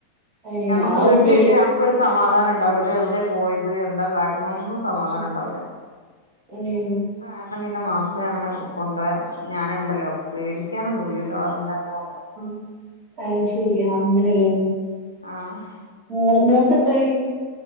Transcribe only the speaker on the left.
ഞമ്മക്
വീട്ടിലിരിക്ക
ഞമ്മക്കൊരു സമാധാനം അവിടെന്ന് എവിടെ പോയത് എന്താ കാട്ടനൊന്നും സമാധാനം
ഇണ്ടാവൂല..
ഇവിടെ പിന്നെ വാപ്പയും അങ്ങനെ കൊണ്ടായ ഞാനെണ്ടല്ലോ പേടിക്കാനൊന്നുല്ലല്ലോ ന്ന് പറഞ്ഞിട്ടങ്ങനെ
ആ ഹ്..